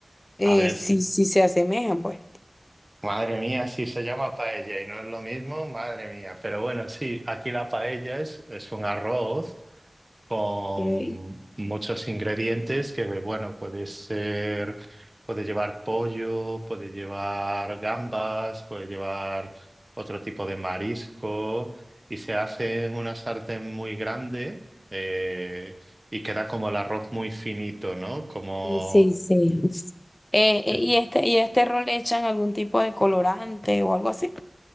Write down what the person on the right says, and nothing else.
A ver,
si-
madre mía, si se llama paella y no es lo mismo, madre mía. Pero bueno, sí, aquí la paella es, es un arroz. con
muchos ingredientes que, bueno, puede ser, puede llevar pollo, puede llevar gambas, puede llevar otro tipo de marisco y se hace en una sartén muy grande eh, y queda como el arroz muy finito, ¿no? Como...
es-